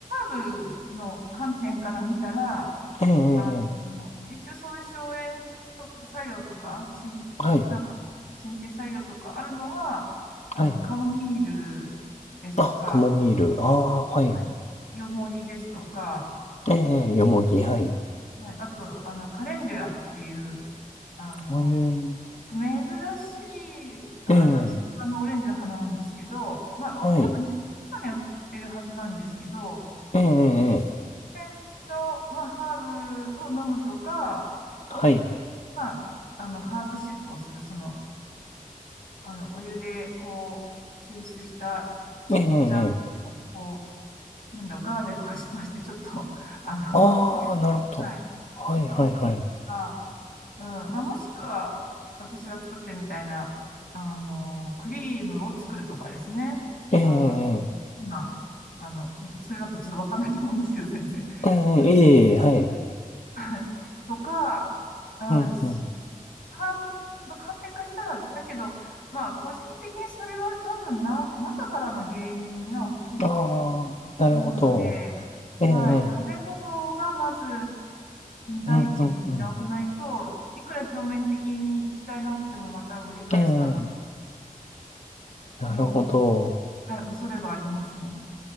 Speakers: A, on the left (about 75°); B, on the left (about 50°).
A: ーブの観点から見たら、
B: ええ、ええ、
A: あの、
B: ええ
A: 一応そういう荘園作用とか、し
B: はい、
A: なんか、申請作用とかあるのは、あの、
B: はい。
A: カモミールですとか、
B: あ、カモミール。ああ、はい。
A: はい、ヨモギですとか、
B: ええ、ええよもぎ、はい。
A: はい、はいあと、あの、カレンデュラっていう、あの、
B: え
A: 珍しい、あの、
B: え、ええ、
A: キク科のオレンジの花なんですけど、まあ、
B: はい。
A: 多分ネットとかで売ってるはずなんですけど、
B: ええ、ええ、ええ
A: 天然の、まあ、ハーブを飲むとか、
B: はい。
A: まあ、あの、ハーブシップをする、その、あの、お湯で、こう、抽出した、そのお茶を、
B: ええ、ええ、
A: こう、なんだろう、ガーゼとかしまして、ちょっと、<laughs> あの、
B: ああ、
A: 皮膚、
B: なるほど。
A: はい、
B: はいはいはい。
A: シップをするとか、うん、まあ、もしくは、私が作ってるみたいな、あの、クリームを作るとかですね。
B: ええ、
A: あの、
B: ええ
A: 今、あの、それだとちょっとわかんないと思いますけど、先生。
B: ええ、
A: <laughs>
B: ええ、はい。
A: はいとか、うん、
B: うん、うん。
A: ハーブの観点化したら、だけど、まあ、個人的にそれは多分な、中からの原因が大きいと
B: ああ、なるほど。
A: 思うので、
B: ええ、
A: はい、
B: ええ、
A: 食べ物がまず第一に直さないと、
B: うん、うん、うん。
A: いくら表面的に一回治ってもまたぶり返すかな、
B: ええ、なるほど。
A: の、はい、恐れはありますね。